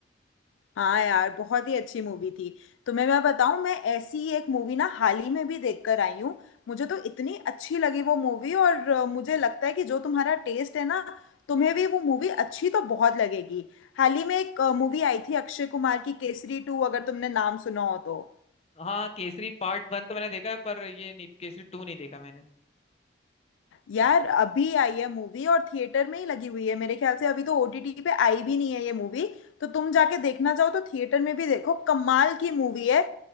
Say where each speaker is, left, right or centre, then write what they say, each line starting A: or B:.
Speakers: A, on the left; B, on the left.
A: हाँ यार बहुत ही अच्छी मूवी थी तुम्हें मैं बताऊं मैं ऐसी ही एक मूवी ना हाल ही में भी देख कर आई हूँ मुझे तो इतनी अच्छी लगी वो मूवी और अ, मुझे लगता है कि जो तुम्हारा टेस्ट है ना तुम्हें भी वो मूवी अच्छी तो बहुत लगेगी हाल ही में एक मूवी आई थी अक्षय कुमार की केसरी टू अगर तुमने नाम सुना हो तो
B: हाँ केसरी पार्ट वन तो मैंने देखा है पर ये नहीं, केसरी टू नहीं देखा मैंने
A: यार अभी आई है मूवी और थिएटर में ही लगी हुई है मेरे ख्याल से अभी तो ओटीटी पे आई भी नहीं है ये मूवी तो तुम जाके देखना चाहो तो थिएटर में भी देखो कमाल की मूवी है